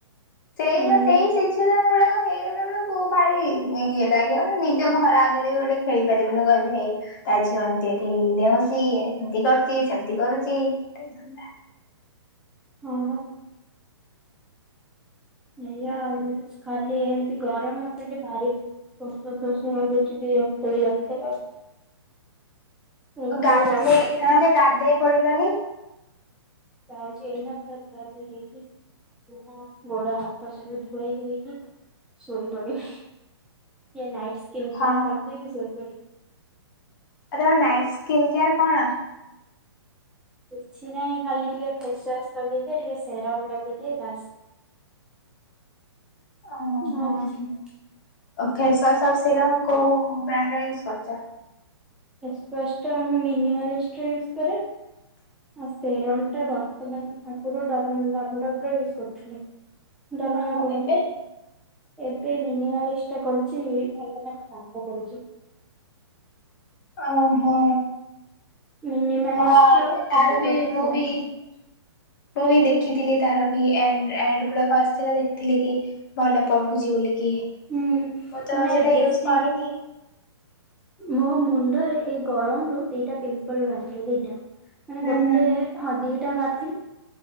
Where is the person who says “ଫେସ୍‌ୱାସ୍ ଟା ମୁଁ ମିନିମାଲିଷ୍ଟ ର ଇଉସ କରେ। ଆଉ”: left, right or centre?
Centre